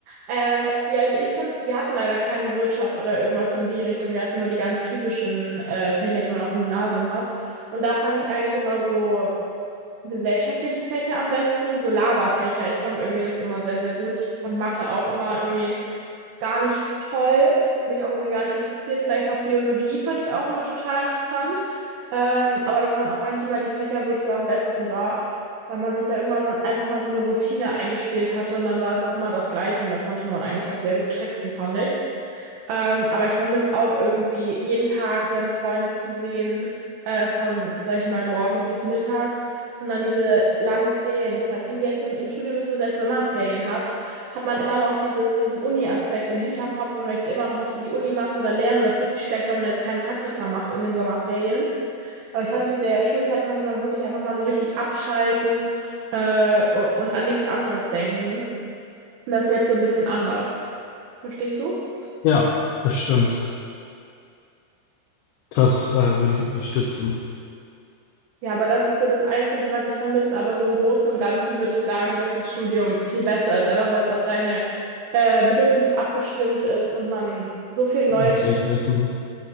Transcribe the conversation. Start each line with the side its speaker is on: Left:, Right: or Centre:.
Right: Ähm, ja, also ich fand, wir hatten leider keine Wirtschaft oder irgendwas in die Richtung. Wir hatten nur die ganz typischen äh, Fächer, die man auf dem Gymnasium hat. Und da fand ich eigentlich immer so gesellschaftliche Fächer am besten, so Laberfächer. Ich konnte irgendwie das immer sehr, sehr gut. Ich fand Mathe auch immer irgendwie gar nicht toll. Das hat mich auch irgendwie gar nicht interessiert. Vielleicht noch Biologie fand ich auch immer total interessant. Ähm, aber das waren auch eigentlich immer die Fächer, wo ich so am besten war, weil man sich da irgendwann mal- einfach mal so eine Routine eingespielt hatte und dann war es auch immer das Gleiche und da konnte man eigentlich auch sehr gut tricksen, fand ich. Ähm, aber ich vermisse auch irgendwie jeden Tag seine Freunde zu sehen, äh, von, sag ich mal, morgens bis mittags und dann diese langen Ferien. Ich meine, finde jetzt im, im Studium ist so, selbst wenn man Ferien hat, hat man immer noch dieses, diesen Uni-Aspekt im Hinterkopf und möchte immer noch was für die Uni machen oder lernen oder fühlt sich schlecht, wenn man jetzt keinen Praktika macht in den Sommerferien. Aber ich fand, in der Schulzeit konnte man wirklich einfach mal so richtig abschalten, äh, und, und an nichts anderes denken. Und das ist jetzt so ein bisschen anders. Verstehst du?
Left: Ja, das stimmt. Das äh, würde ich unterstützen.
Right: Ja, aber das ist so das Einzige, was ich vermisse. Aber so im Großen und Ganzen würde ich sagen, dass das Studium viel besser ist, einfach weil es auf deine äh, Bedürfnisse abgestimmt ist und man so viel Neues,
Left: Auf die Interessen.